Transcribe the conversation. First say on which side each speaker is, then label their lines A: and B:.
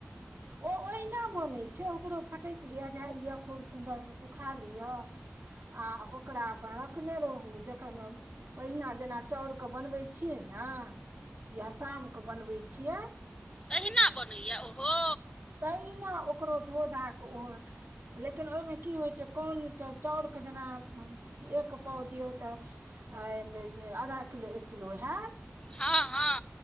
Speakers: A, on the right; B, on the left.
A: ओ हिना बनै छै ओकरो फटकि लिय झाड़ि लिय खूब सुन्दर से सुखा लिय आ ओकरा अपन रखने रहू जखन ओहिना जेना चाउर के बनबै छियै न या शाम के बनबै छियै
B: तहिना बनैय ओहो
A: तहिना ओकरो धो-धा क ओहो लेकिन ओय में की होइ छै कौन क चाउर के जेना एक पाव दियौ त आय देबै आधा किलो किलो हैत
B: हँ हँ